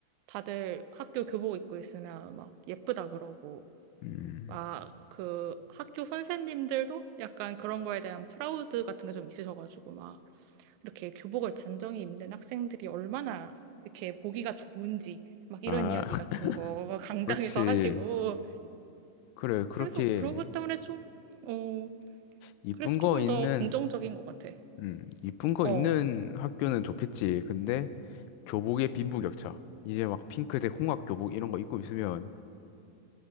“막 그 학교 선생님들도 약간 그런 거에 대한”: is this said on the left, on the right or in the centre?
Right